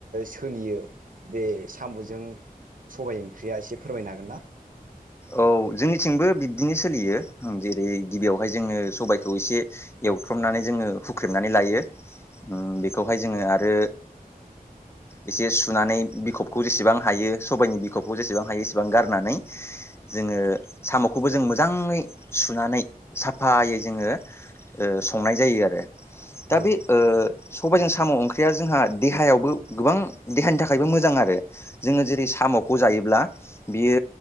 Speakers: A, on the right; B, on the left.
A: सोलियो बे साम'जों सबायाइ ओंख्रिया एसे फोरमायनो हागोन ना?
B: औ जोंनिथिंबो बिब्दिनो सोलियो जेरै गिबियावहाय जोङो सबायखौ एसे एवथ्रमनानै जोङो हुख्रेमनानै लायो बेखौहाय जोङो आरो एसे सुनानै बिखबखौ जेसेबां हायो सबाइनि बिखबखौ जेसेबां हायो एसेबां गारनानै <unintelligible> जोङो साम'खौबो जों मोजाङै सुनानै साफायै जोङो संनाय जायो आरो दा
A: औ
B: बे सबायाइजों साम' ओंख्रिया जोंहा देहायावबो गोबां देहानि थाखायबो मोजां आरो जोङो जेरै साम'खौ जायोब्ला बियो